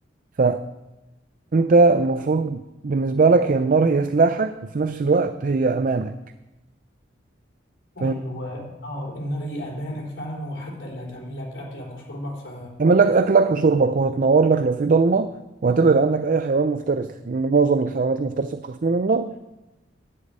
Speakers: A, on the right; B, on the left.
A: فانت المفروض بالنسبة لك هي النار هي سلاحك وفي نفس الوقت هي امانك فاهم
B: ايوه النار النار هي امانك فعلا وحتى اللي هتعمل لك اكلك وشربك ف
A: تعمل لك اكلك وشربك وهتنور لك لو في ضلمة وهتبعد عنك اي حيوان مفترس لان معظم الحيوانات المفترسة بتخاف من النار